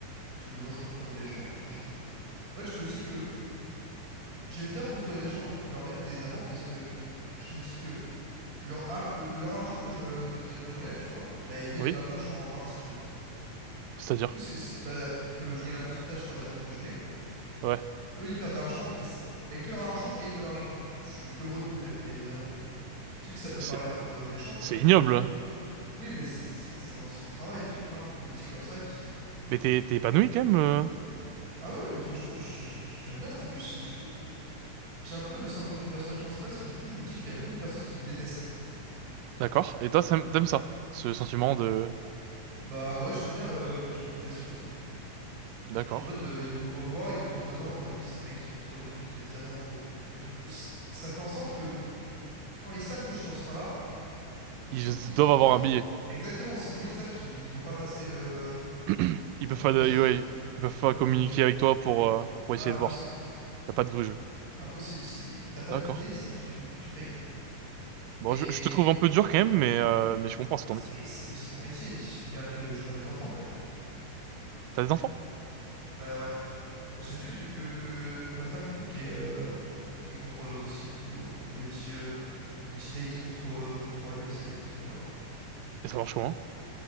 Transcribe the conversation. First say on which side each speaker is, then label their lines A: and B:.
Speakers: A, on the right; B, on the right.
A: et tous les jours, je contrôle des gens et tout. Je me... En fait, je me dis que j'aime bien contrôler des gens et leur mettre des amendes parce que je me dis que leur, ar- leur argent que je, que je- que j'enlève, tu vois, bah, ils viennent
B: Oui.
A: de ma poche en partie, tu vois.
B: C'est-à-dire.
A: Du coup, c'est, c'est- bah, vu que je gagne un pourcentage sur les amendes que je mets,
B: Ouais.
A: Eux, ils perdent de l'argent et c- avec leur argent, je gagne de l'argent. Donc, je suis heureux de mettre des amendes, tu vois. Je sais que ça peut
B: C'est
A: paraître un peu méchant, tu
B: c'est
A: vois, mais
B: ignoble. hein.
A: oui, mais ça, c'est mon, c'est mon travail, tu vois. Il y a plein de métiers comme ça qui.
B: Mais t'es t'es épanoui quand même. euh.
A: Ah oui, oui, franchement, je- j'aime bien parce qu'en plus, du coup, j'ai un peu le syndrome du personnage principal parce que du coup, je me dis qu'il y a beaucoup de personnes qui me détestent.
B: D'accord. Et toi, ça- t'aimes ça, ce sentiment de.
A: Bah ouais, j'aime bien euh, que les gens me détestent, tu vois, un peu.
B: D'accord.
A: Je suis en mode, euh, ils vont me revoir, ils vont être en mode, non, non, lui, c'est le mec qui contrôle et tout, qui met des amendes. Et du coup, c- ça fait en sorte que quand ils savent que je suis dans ce train-là, il
B: Ils
A: faut qu'ils.
B: doivent avoir
A: ils-
B: un billet.
A: Exactement, sinon ils savent qu'ils ils vont pas passer, euh,
B: <clears throat> Ils peuvent
A: qu'ils vont
B: pas,
A: pas
B: de-
A: passer, tu
B: ouais,
A: vois.
B: ils peuvent
A: Ils peuvent
B: pas
A: pas
B: communiquer
A: me gruger.
B: avec toi pour euh, pour
A: Ah,
B: essayer
A: impossible.
B: de voir. Y a pas de grugeux.
A: Impossible. Si t'as pas
B: D'accord.
A: de billet, c'est tu, tu payes.
B: Bon,
A: Et
B: je, je te trouve un peu dur quand même, mais euh, mais je comprends, c'est ton
A: c'est
B: métier.
A: c'est c'est mon métier. Il faut bien que je nourris mes enfants quand même, tu vois.
B: T'as des enfants?
A: Euh, ouais. J'ai fait du- que, que avec ma femme du coup qui est euh, qui est contrôleuse aussi. Du coup, on fait des petits euh, des petits dates contre euh, contrôle et c'est c'est bien marrant.
B: Et ça marche comment?